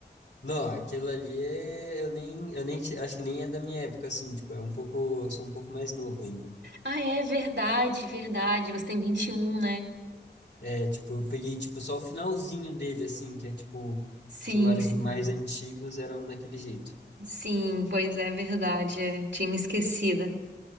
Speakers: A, on the left (about 70°); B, on the right (about 80°).
A: Não, aquilo ali é. Eu nem, eu nem. te- Acho que nem é da minha época, assim. Tipo, é um pouco. Eu sou um pouco mais novo ainda.
B: Ah, é verdade, verdade. Você tem 21, né?
A: É, tipo, eu peguei, tipo, só o finalzinho dele, assim, que é, tipo,
B: Sim,
A: celulares
B: sim.
A: mais antigos eram daquele jeito.
B: Sim, pois é, verdade. É. Tinha me esquecida.